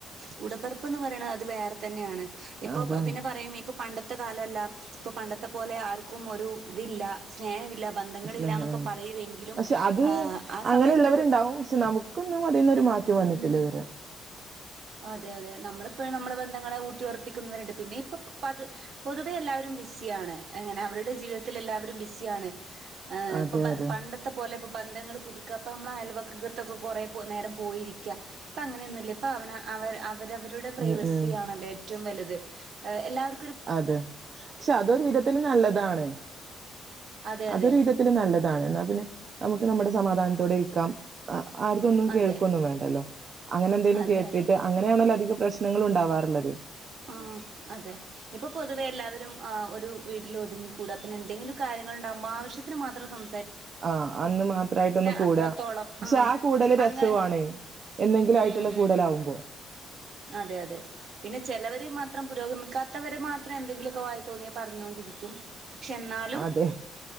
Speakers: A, on the right (about 65°); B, on the right (about 50°).
A: കൂടപ്പിറപ്പ് പറയണത് അത് വേറെ തന്നെയാണ് ഇപ്പൊ
B: അതാണ്
A: പിന്നെ പറയും ഇപ്പൊ പണ്ടത്തെ കാലമല്ല ഇപ്പോൾ പണ്ടത്തെ പോലെ ആർക്കും ഒരു ഇതില്ല സ്നേഹമില്ല
B: <unintelligible>
A: ബന്ധങ്ങളില്ല എന്നൊക്കെ പറയുമെങ്കിലും
B: പക്ഷെ അത്
A: ആ ആ
B: അങ്ങനെയുള്ളവരുണ്ടാവും
A: സമയത്ത്
B: പക്ഷെ നമുക്കൊന്നും അതിൽനിന്നൊരു മാറ്റം വന്നിട്ടില്ല
A: ഉം
B: ഇത് വരെ
A: അതെ അതെ നമ്മളിപ്പോഴും നമ്മുടെ ബന്ധങ്ങളെ ഊട്ടി ഉറപ്പിക്കുന്നവരുണ്ട് പിന്നെ ഇപ്പ പ പൊതുവെ എല്ലാവരും ബിസ്സിയാണ് എങ്ങനെ അവരുടെ ജീവിതത്തിൽ എല്ലാവരും ബിസ്സിയാണ് ആഹ്
B: അതെ
A: ഇപ്പൊ
B: അതെ
A: പണ്ടത്തെ പോലെ ബന്ധങ്ങൾ പുതുക്കുക അപ്പ നമ്മുടെ അയൽവക്കത്തൊക്കെ കൊറേ നേരം പോയിരിക്കുക ഇപ്പൊ അങ്ങനെയൊന്നുമില്ല ഇപ്പൊ അവന അവർ അവ അവരവരുടെ പ്രൈവസിയാണല്ലേ
B: ഉം ഉം
A: ഏറ്റവും വലുത് എല്ലാവർ
B: അതെ പക്ഷെ അതൊരു വിധത്തിൽ നല്ലതാണ്
A: അതെ
B: അതൊരു
A: അതെ
B: വിധത്തിൽ നല്ലതാണ് എന്നാ പിന്നെ നമുക്ക് നമ്മുടെ സമാധാനത്തോടെ ഇരിക്കാം ആ ആർടേതൊന്നും കേൾക്കുവൊന്നും
A: അതെ
B: വേണ്ടല്ലോ അങ്ങനെന്തേലും
A: അതെ
B: കേട്ടിട്ട്
A: അതെ
B: അങ്ങനെയാണല്ലോ അധികം പ്രശ്നങ്ങൾ ഉണ്ടാവാറുള്ളത്
A: ആ അതെ ഇപ്പൊ പൊതുവെ എല്ലാവരും ആ ഒരു വീട്ടിൽ ഒതുങ്ങി കൂടാ പിന്നെ എന്തെങ്കിലും കാര്യങ്ങൾ ഉണ്ടാകുമ്പോൾ ആവശ്യത്തിന് മാത്രം സം
B: ആഹ് അന്ന് മാത്രായിട്ടൊന്ന് കൂടുക
A: അത്രത്തോളം
B: പക്ഷെ
A: ആഹ്
B: ആ കൂടല് രസവുമാണ്
A: അങ്ങനെ
B: എന്നെങ്കിലും ആയിട്ടുള്ള
A: ഉം
B: കൂടല്
A: ഉം
B: ആകുമ്പോ
A: അതെ അതെ പിന്നെ ചിലര് മാത്രം പുരോഗമിക്കാ ക്കാത്തവര് മാത്രം എന്തെങ്കിലുമൊക്കെ വായിൽ തോന്നിയത് പറഞ്ഞുകൊണ്ടേയിരിക്കും പക്ഷെ എന്നാലും
B: അതെ